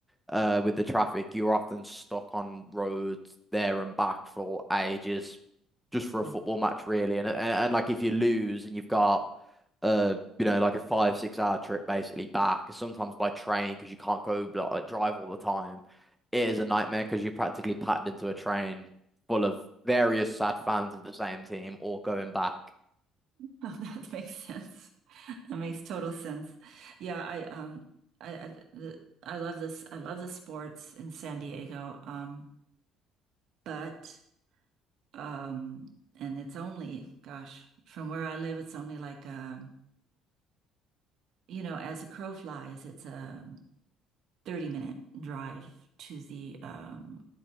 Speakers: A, in the centre; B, on the right.
A: Uh, with the traffic, you're often stuck on roads there and back for ages just for a
B: Yeah.
A: football
B: <laughs>
A: match, really. And, and and like if you lose and you've got uh you know like a five six hour trip basically back sometimes by train because you can't go like, like, drive all the time it is a nightmare because you're practically packed into a train full of various sad fans of the same team all going back
B: Oh, that makes sense. That makes total sense. Yeah, I um, I I, the, I love this. I love the sports in San Diego. Um, but Um, and it's only, gosh, from where I live, it's only like um, you know, as a crow flies, it's a 30 minute drive to the um